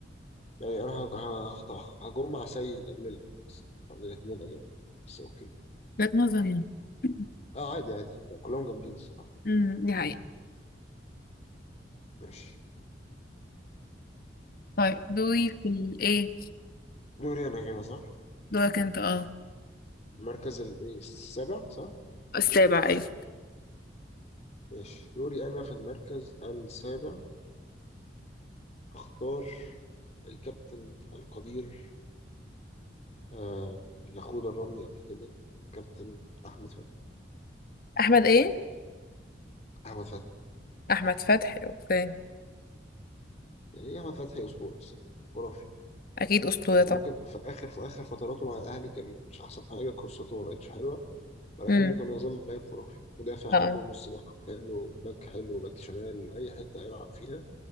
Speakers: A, on the left (about 35°); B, on the left (about 50°).
A: يعني انا هج- هختار هجوم مع سيد قبل ال- قبل الاتنين اجل بس اوكي
B: وجهة نظري يعني <clears throat>
A: اه عادي عادي ده كلهم جامدين الصراحة
B: امم دي حقيقة
A: ماشي
B: طيب دوري
A: طيب
B: في الايه
A: دوري انا كده صح
B: دورك انت اه
A: المركز ال- إيه، السابع صح
B: السابع أيوة
A: ماشي دوري انا في المركز السابع هختار الكابتن القدير آه اللي اخوه دربني قبل كده كابتن احمد فتحي
B: احمد ايه
A: احمد فتحي
B: احمد فتحي اوكي
A: يعني ايه؟ احمد فتحي اسطورة الصراحة خرافي
B: اكيد اسطوره
A: يعني
B: طبعا
A: ممكن في اخر في اخر فتراته مع الاهلي كان مش احسن حاجه كروساته ما بقتش حلوه ولكنه
B: امم
A: كان يظل لاعب خرافي مدافع
B: اه
A: حلو نص ملعب حلو باك حلو باك شمال اي حته هيلعب فيها